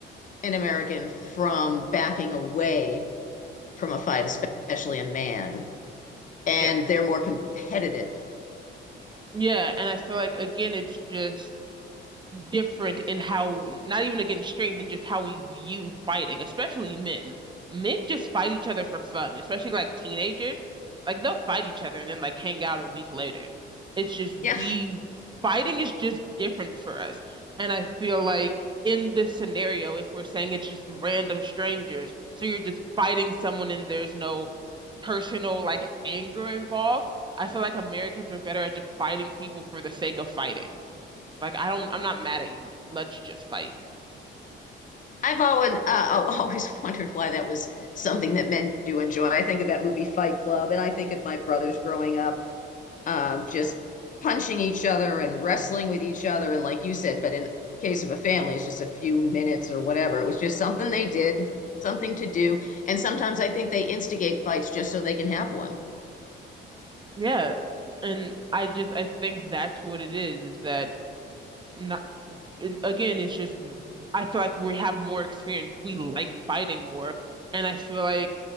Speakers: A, on the left; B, on the right.
A: an American from backing away from a fight, especially a man. And
B: yeah.
A: they're more competitive.
B: Yeah, and I feel like again it's just different in how not even against strength and just how we view fighting, especially men. Men just fight each other for fun, especially like teenagers. Like they'll fight each other and then like hang out a week later. It's just we
A: Yeah,
B: fighting is just different for us. And I feel like in this scenario, if we're saying it's just random strangers, so you're just fighting someone and there's no personal like anger involved, I feel like Americans are better at just fighting people for the sake of fighting. Like I don't I'm not mad at you. Let's just fight.
A: I've always uh, <laughs> always wondered why that was something that men do enjoy. I think of that movie Fight Club, and I think of my brothers growing up um, just punching each other and wrestling with each other. And like you said, but in the case of a family, it's just a few minutes or whatever. It was just something they did, something to do. And sometimes I think they instigate fights just so they can have one.
B: Yeah. And I just I think that's what it is, is that not and again, it's just I feel like we have more experience. We like fighting more. And I feel like